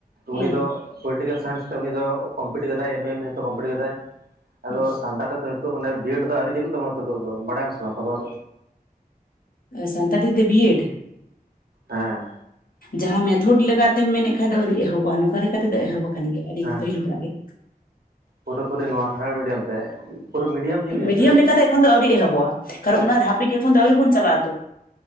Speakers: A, on the left; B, on the right.
A: ᱦᱩᱸ
B: ᱩᱱᱤ ᱫᱚ ᱯᱚᱞᱤᱴᱤᱠᱮᱞ ᱥᱟᱭᱮᱱᱥ ᱛᱮ ᱩᱱᱤ ᱫᱚ ᱠᱚᱢᱯᱞᱤᱴ ᱠᱟᱫᱟᱭ ᱮᱢ ᱮ ᱮᱢ ᱦᱚᱛᱚ ᱠᱚᱢᱯᱞᱤᱴ ᱠᱟᱫᱟᱭ᱾ ᱟᱫᱚ
A: ᱦᱩᱸ
B: ᱥᱟᱱᱛᱟᱲ ᱛᱮᱫᱚ ᱱᱤᱛᱚᱜ ᱢᱟᱱᱮ ᱵᱤᱭᱮᱰ ᱫᱚ ᱟᱹᱣᱨᱤ ᱪᱟᱹᱞᱩᱜ ᱛᱟᱵᱚᱱᱟ ᱱᱤᱛ ᱫᱚ ᱵᱟᱲᱟᱭᱟᱥᱮ ᱵᱟᱝ ᱠᱷᱚᱵᱚᱨ
A: ᱥᱟᱱᱛᱟᱲᱤ ᱛᱮ ᱵᱤ ᱮᱰ
B: ᱦᱮᱸ
A: ᱡᱟᱦᱟᱸ ᱢᱮᱛᱷᱚᱰ ᱞᱮᱠᱟᱛᱮᱢ ᱢᱮᱱᱮᱫ ᱠᱷᱟᱱ ᱫᱚ ᱟᱹᱣᱨᱤ ᱮᱦᱚᱵᱚᱜ-ᱟ ᱱᱚᱝᱠᱟ ᱨᱮ ᱱᱚᱸᱠᱟ ᱛᱮᱫᱚ ᱮᱦᱚᱵᱽ ᱟᱠᱟᱱ ᱜᱮᱭᱟ ᱟᱹᱰᱤ
B: ᱦᱮᱸ
A: ᱯᱟᱹᱦᱤᱞ ᱠᱷᱚᱱᱟᱜ ᱜᱮ᱾
B: ᱯᱩᱨᱟᱹ ᱯᱩᱨᱤ ᱱᱚᱣᱟ ᱥᱟᱱᱛᱟᱲ ᱢᱤᱰᱤᱭᱟᱢ ᱛᱮ ᱯᱩᱨᱟᱹ ᱢᱤᱰᱤᱭᱟᱢ ᱛᱤᱧ ᱞᱟᱹᱭ ᱦᱚᱪᱚᱭᱮᱫᱟ
A: ᱢᱤᱰᱤᱭᱟᱢ ᱞᱮᱠᱟᱛᱮ
B: ᱤᱧ
A: ᱮᱠᱷᱚᱱ ᱫᱚ ᱟᱹᱣᱨᱤ ᱮᱦᱚᱵᱚᱜ-ᱟ ᱠᱟᱨᱚᱱ ᱚᱱᱟ ᱫᱷᱟᱯ ᱮᱯᱠᱤᱡᱮᱥᱚᱱ ᱟᱹᱣᱨᱤ ᱵᱚᱱ ᱪᱟᱞᱟᱜ ᱟᱛᱚ